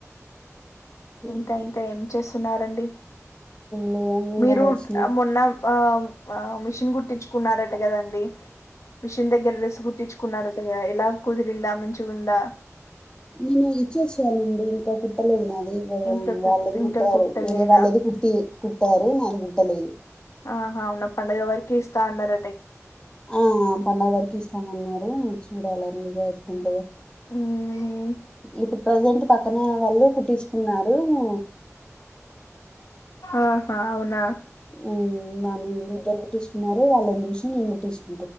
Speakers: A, on the left (about 20°); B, on the left (about 70°).
A: ఏం
B: ఇంకా ఇంకా ఏం చేస్ తున్నారండి
A: లేదని ఇంగ
B: మీరు
A: వచ్చిన
B: ఆ మొన్న ఆమ్ ఆమ్ మిషిన్ కుట్టిచ్చుకున్నారట కదండి మిషిన్ దగ్గర డ్రెస్ కుట్టిచ్చుకున్నారట కదా ఏ లా కుదిరింది మంచి టుందా
A: నేను ఇచ్చి వచ్చానండి ఇంకా కుట్టలేదు నాక్ దీగద
B: ఇంకా కు
A: వాళ్ళది
B: ఇంకా
A: కుట్టారు
B: కుట్టలేదా
A: వేరే వాళ్ళది కుట్టి కుట్టారు నాది కుట్టలేదు
B: ఆహా అవునా పండుగ వరికి ఇస్తా అన్నార
A: ఆ ఆ పండుగ వరకు ఇస్తామన్నారు చూడాలండిక ఎట్లుంటదో
B: మ్మ్ మ్మ్
A: ఇప్పుడు ప్రజెంట్ పక్కన వాళ్ళు కుట్టిచ్చుకున్నార్ డేమో
B: ఆహా అవునా
A: మ్మ్ బానే ఉంది ఇద్దరు కుట్టిచ్చుకున్నారు వాళ్ళని చూసి నేను కుట్టిచ్చిన